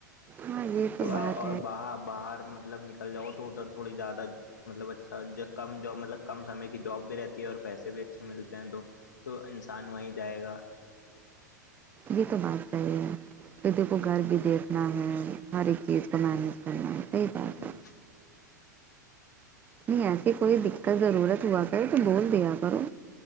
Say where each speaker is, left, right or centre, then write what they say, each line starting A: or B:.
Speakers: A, on the right; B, on the left.
A: ہاں یہ
B: تھوڑا
A: تو بات
B: اور
A: ہے
B: باہر باہر مطلب نکل جاؤ تو ادھر تھوڑی زیادہ مطلب اچھا کم جاب مطلب کم سم کی جاب بھی رہتی ہے اور پیسے بھی اچھے ملتے ہیں تو تو انسان وہیں جائے گا
A: یہ تو بات صحیح ہے کد کو گھر بھی دیکھنا ہے ہر ایک چیز کو مینج کرنا ہے صحی بات ہے
B: ہوں
A: نہیں ایسیے کوئی دقت ضرورت ہوا کر تو بول دیا کرو